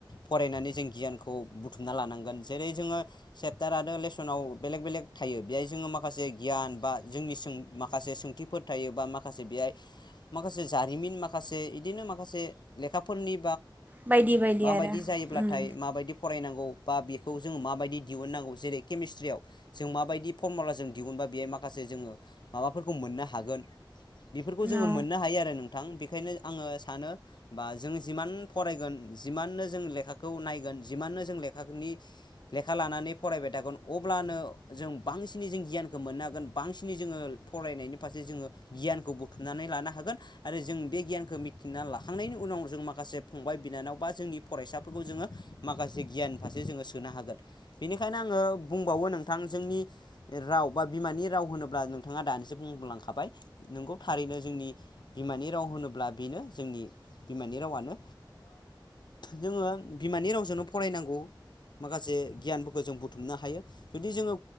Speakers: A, on the left; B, on the right.
A: फरायनानै जों गियानखौ बुथुमना लानांगोन जेरै जोङो सेप्टार आरो लेसनाव बेलेग बेलेग थायो बेहाय जोङो माखासे गियान बा जोंनि सों माखासे सोंथिफोर थायो बा माखासे बेहाय माखासे जारिमिन माखासे बिदिनो माखासे लेखाफोरनि
B: बायदि बायदि
A: माबायदि
B: आरो
A: जायोब्लाथाय
B: उम
A: माब बायदि फरायनांगौ बा बेखौ जोङो माबायदि दिहुननांगौ जेरै केमिस्ट्रियाव जों माबायदि जों दिहुनबा बेहाय माखासे जोङो माबाफोरखौ मोननो हागोन। बेफोरखौ जोङो
B: औ
A: मोननो हायो आरो नों नोंथां बेनिखायनो आङो सानो बा जों जिमान फरायगोन जिमाननो जों लेखाखौ नायगोन जिमाननो जों लेखाफोरनि लेखा लानानै फरायबाय थागोन अब्लानो जों बांसिनै जों गियानखौ मोननो हागोन बांसिनै जोङो फरायनायनि फारसे जोङो गियानखौ बुथुमनानै लानो हागोन आरो जों बे गियानखौ लाखांनायनि उनाव जों माखासे फंबाय बिनानाव बा जोंनि फरायसाफोरखौ जोङो माखासे गियान फारसे जोङो सोनो हागोन बेनिखायनो आङो बुंबावो नोंथां जोंनि राव बा बिमानि राव होनोब्ला जों नोंथाङा दानिसो बुंलांखाबाय नोंगौ थारैनो जोंनि बिमानि राव होनोब्ला बेनो जोंनि बिमानि रावानो जोङो बिमानि रावजोंनो फरायनांगौ माखासे गियानफोरखौ जों बुथुमनो हायो जुदि जोङो